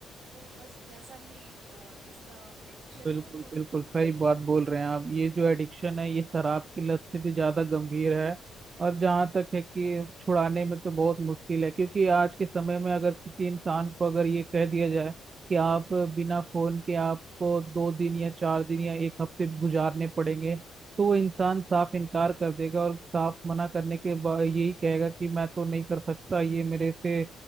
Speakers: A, on the right; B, on the right.
A: तो बस वैसा ही अ, इसका एडिक्शन
B: बिल्कुल
A: है तो
B: बिल्कुल सही बात बोल रहे हैं आप ये जो एडिक्शन है ये शराब की लत से भी ज्यादा गंभीर है और जहाँ तक है कि छुड़ाने में तो बहुत मुश्किल है क्योंकि आज के समय में अगर किसी इंसान को अगर ये कह दिया जाए कि आप बिना फोन के आपको दो दिन या चार दिन या एक हफ्ते गुजारने पड़ेंगे तो वो इंसान साफ इनकार कर देगा और साफ मना करने के बाद यही कहेगा कि मैं तो नहीं कर सकता ये मेरे से